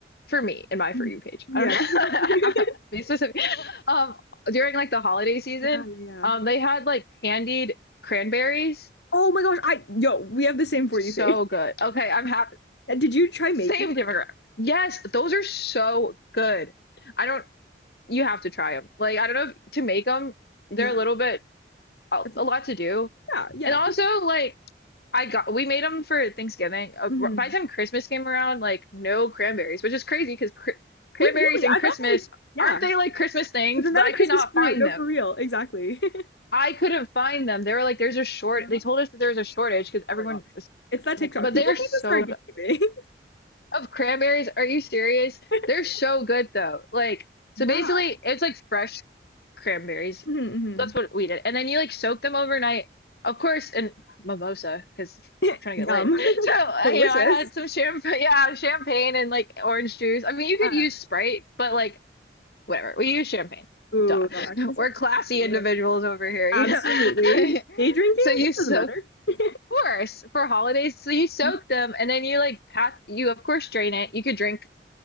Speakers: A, on the left; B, on the left.
A: for me in my
B: Mhm.
A: For You page. I
B: Yeah.
A: don't
B: <laughs>
A: know. <laughs> Be specific. Um during like the holiday season,
B: Yeah, yeah.
A: um they had like candied cranberries.
B: Oh my gosh, I yo, we have the same for
A: So
B: you face.
A: good. Okay, I'm happy.
B: And Did you try making?
A: Same demographic. Yes, those are so good. I don't you have to try them. Like I don't know if to make them, they're
B: Yeah.
A: a little bit a
B: That's-
A: a lot to do.
B: Yeah,
A: And also,
B: yeah.
A: like, I got we made them for Thanksgiving. Uh,
B: Mhm.
A: r- by the time Christmas came around, like no cranberries, which is crazy because cr cranberries
B: Wait, really?
A: and
B: I
A: Christmas
B: thought like yeah.
A: aren't they like Christmas things?
B: Isn't
A: But
B: that
A: I
B: a
A: could
B: Christmas
A: not
B: fruit?
A: find
B: No,
A: them.
B: for real. Exactly. <laughs>
A: I couldn't find them. They were like, there's a short.
B: Yeah.
A: They told us that there was a shortage because everyone
B: Oh my god.
A: was
B: It's
A: freaking
B: that
A: making.
B: TikTok.
A: But
B: People
A: they're so
B: need to start getting
A: good.
B: it.
A: Of cranberries? Are you serious?
B: <laughs>
A: They're so good though. Like, so
B: Yeah.
A: basically it's like fresh cranberries.
B: hmm
A: That's what we did. And then you like soak them overnight. Of course, and mimosa, because we're
B: <laughs>
A: trying
B: Yum.
A: to get lit. <laughs> So,
B: <laughs>
A: uh,
B: Delicious.
A: you know, I had some champagne, <laughs> yeah, champagne and like orange juice. I mean,
B: Yeah.
A: you could use Sprite, but like whatever. We use champagne.
B: Ooh,
A: Duh.
B: that actually
A: <laughs>
B: sounds
A: We're classy
B: incredible.
A: individuals over here,
B: Absolutely.
A: you know. <laughs>
B: Day drinking?
A: So you
B: It
A: soak
B: doesn't matter. <laughs>
A: course, for holidays. So you soak
B: Yeah,
A: them and then you like pack, you of course drain it. You could drink